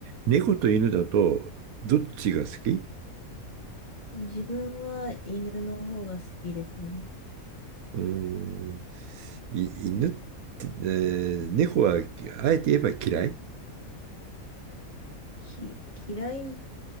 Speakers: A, on the right; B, on the left.
A: 猫と犬だと、どっちが好き
B: 自分は犬の方が好きですね。
A: うーん、い犬って、えー猫は、あえて言えば嫌い
B: き、嫌いっ